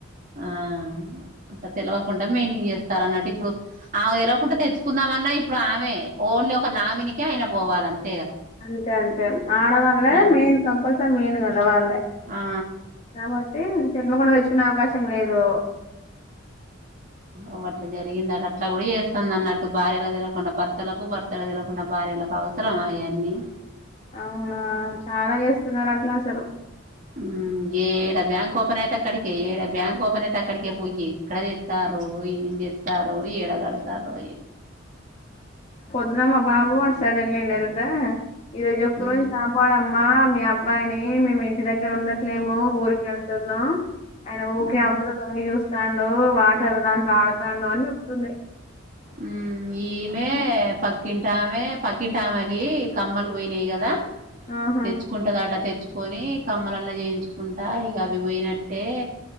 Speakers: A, on the right; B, on the left.
A: ఆ అంత తెలివకుండా మెయింటైన్ చేస్తారు అన్నట్టు ఇప్పుడు ఆ తెలవకుండా తెచ్చుకుందామ అన్నా ఇప్పుడు ఆమె ఓన్లీ ఒక నామకే ఆయన పోవాలంత
B: అంతే అంతే ఆడవాళ్లే
A: ఆ
B: మెయిన్ కంపల్సరీ మెయిన్ కా ల వాళ్ళే
A: ఆ
B: కాబట్టి తెలవకుండా తెచ్చుకునే అవకాశం లేదు
A: అవ్వట్ల జరిగిందట అట్లా ఇట్లా కూడా చేస్తాంది అన్నట్టు భార్యలకు తెలవకుండా భర్తలకు భర్తలకు తెలవకుండా భార్యలకు అవసరమా అయ్యాన్ని
B: అవునా చాలా చేస్తున్నారు అట్లా అసలు
A: ఉ ఏడ బ్యాంక్ ఓపన్ అయితే అక్కడికి ఏడ బ్యాంక్ ఓపన్ అయితే అక్కడికి పోయి ఎక్కడ తేత్తారో ఓయ్ ఏం చేత్తారో ఏడ కడతారో
B: నిన్న మా బాబు అటు సైడ్ ఎల్లిండు ఏంటా ఇయాల ఒక్క
A: ఉమ్
B: రోజు కాపాడమ్ అమ్మా మీ అబ్బాయిని మేము ఇంటి దగ్గర ఉన్నట్లేము ఊరికి వెళ్తున్నాం ఆయన ఊకె
A: ఉమ్
B: హౌస్ ల తొంగి చూస్తాండు వాటర్ దాంట్లో ఆడుతాండు అని చెప్తుంది
A: ఉ ఈమె
B: అయితే
A: పక్కింటి టమె పక్కింటి ఆమెకి కమ్మలు పోయినాయి కదా
B: ఆహా
A: తెచ్చుకుంటదట తెచ్చు కొని కమ్మలన్న చేయించుకుంటా ఇక అవి పోయినట్టే